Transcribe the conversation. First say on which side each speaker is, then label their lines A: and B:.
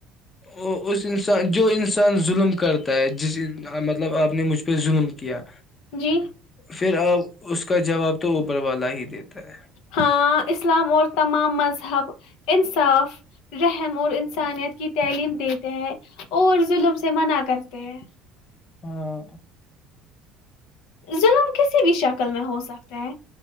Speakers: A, on the left; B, on the left.
A: ا اس انسان جو انسان ظلم کرتا ہے جس مطلب آپ نے مجھ پہ ظلم کیا
B: جی
A: پھر آپ اس کا جواب تو اوپر والا ہی دیتا ہے
B: ہاں اسلام اور تمام مذہب انصاف رحم اور انسانیت کی تعلیم دیتے ہے اور ظلم سے منع کرتے ہیں
A: <inaudible>
B: ظلم کسی بھی شکل میں ہو سکتا ہے